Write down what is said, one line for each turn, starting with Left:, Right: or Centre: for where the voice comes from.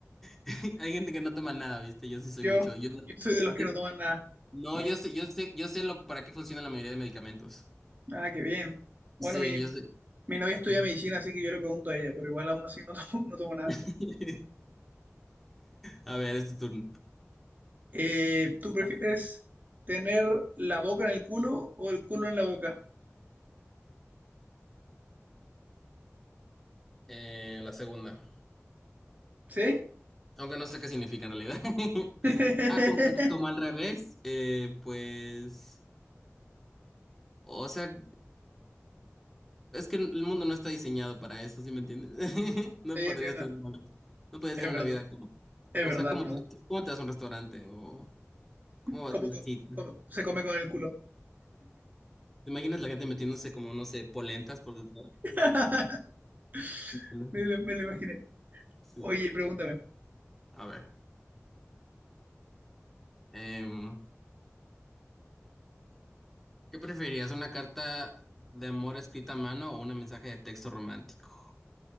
Centre: <laughs> Hay gente que no toma nada, ¿viste? Yo sí soy
Right: Yo,
Centre: mucho. Yo, no,
Right: yo soy de los que
Centre: yo-
Right: no toman nada.
Centre: no,
Right: No,
Centre: yo sé, yo sé, yo sé lo para qué funciona la mayoría de medicamentos.
Right: ah, qué bien. Bueno,
Centre: Sí,
Right: mi,
Centre: yo sé.
Right: mi novia estudia
Centre: Ajá.
Right: medicina, así que yo le pregunto a ella, pero igual aún así no <laughs> tomo, no tomo nada.
Centre: <laughs> A ver, es tu turno.
Right: Eh, ¿tú prefieres tener la boca en el culo o el culo en la boca?
Centre: Eh, la segunda.
Right: ¿Sí?
Centre: Aunque no sé qué significa en realidad. <laughs>
Right: <laughs>
Centre: Ah, como, como al revés. eh, pues. O sea, es que el mundo no está diseñado para eso, ¿sí me entiendes? <laughs> No
Right: Sí,
Centre: podrías
Right: entiendo,
Centre: tener, no podrías
Right: es
Centre: tener
Right: verdad.
Centre: una vida como.
Right: Es
Centre: O
Right: verdad,
Centre: sea, ¿cómo
Right: es verdad.
Centre: te, cómo te vas a un restaurante? O ¿cómo vas
Right: ¿Cómo,
Centre: a una
Right: co-
Centre: cita?
Right: cómo se come con el culo?
Centre: ¿Te imaginas la gente metiéndose como, no sé, polentas por detrás?
Right: <laughs>
Centre: <laughs>
Right: Me lo, me lo imaginé.
Centre: Sí.
Right: Oye, pregúntame.
Centre: A ver. em, ¿qué preferirías? ¿Una carta de amor escrita a mano o un mensaje de texto romántico?